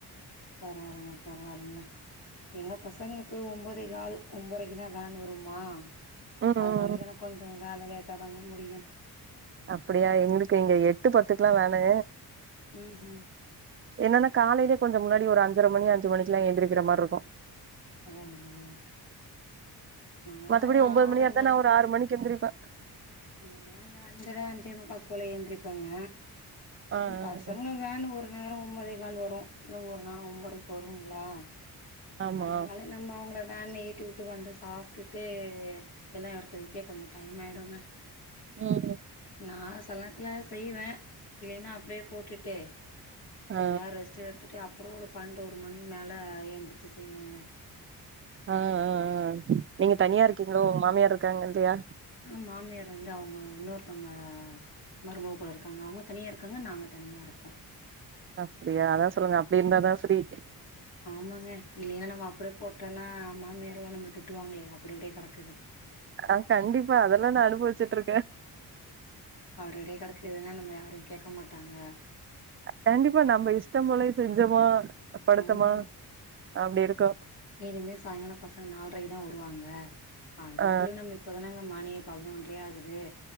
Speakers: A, on the left (about 70°); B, on the right (about 35°).
A: பரவால்லங்க பரவால்லங்க எங்க பசங்களுக்கு ஒம்போதே கால் ஒம்போத்ரக்குனா வேன் வருமா
B: ம் ம்
A: அதனால
B: ம்
A: எனக்கு கொஞ்ச வேல லேட்டா தாங்க முடியு
B: அப்படியா எங்களுக்கு இங்க எட்டு பத்துக்கெல்லா வேணு
A: ம் ம்
B: என்னன்னா காலைலயே கொஞ்ச முன்னாடி ஒரு அஞ்சரை மணி அஞ்சுமணிக்கெல்லா ஏந்திரிக்கிற மார்ருக்கு
A: ஓஹோ நா
B: மத்தபடி ஒம்போது
A: ஆறனா
B: மணியார்ந்தா நா ஒரு ஆறு மணிக்கு எந்திரிப்ப
A: நா இந்த அஞ்சர அஞ்சே முக்காக்கு போல ஏந்திரிப்பேங்க
B: ஆ ஆ
A: பசங்க
B: ஆ
A: வேன்னு ஒரு நேரோ ஒம்போதே கால் வரு இல்ல ஒரு நாள் ஒம்போரைக்கு வருங்ளா
B: ஆமா
A: அதனால நம்ம அவங்கள வேன்ல ஏத்தி வுட்டு வந்து சாப்டுட்டு எல்லா எடுத்து வெக்க கொஞ்ச டைம் ஆய்டுங்க
B: உம் ம்
A: நா சில நேர்த்துல செய்வ இல்லன்னா அப்டியே போட்டுட்டு கொஞ்ச
B: ஆ
A: நேரம் ரெஸ்ட் எடுத்துட்டு அப்புறம் ஒரு பன்னெண்டு ஒரு மணி மேல ஏந்திரிச்சு செய்வங்க
B: ஆ ம் ம் நீங்க தனியா இருக்கீங்ளோ உங்க மாமியார் இருக்காங்ளா இல்லையா
A: என் மாமியார் வந்து அவங்க இன்னொருத்தவ்ங்க மருமக கூட இருக்காங்க அவங்க தனியா இருக்காங்க நாங்க தனியா இருக்கோ
B: அப்படியா அதா சொல்லுங்க அப்டி இருந்தாதா சரி
A: ஆமாங்க இல்லைன்னா நம்ம அப்படியே போட்டோம்னா மாமியாரே நம்ள திட்டுவாங்களே அப்டி அப்டியே கடக்
B: அ கண்டிப்பா அதெல்லா நா அனுபவிச்சிட்ருக்கே
A: அப்டி அப்டே கெடக்குதுன்னா நம்ம யாரும் கேக்க மாட்டாங்க
B: கண்டிப்பா நம்ப இஷ்டம் போல செஞ்சோமா படுத்தமா
A: ஆமாங்க
B: அப்டி இருக்கோ
A: இனிமே சாய்ங்காலம் பசங்க நால்ரைக்கு தா வருவாங்க அதுக்குள்யே
B: ஆ
A: நம்ப இப்ப தானங்க மணி பதினொன்ரயே ஆகுது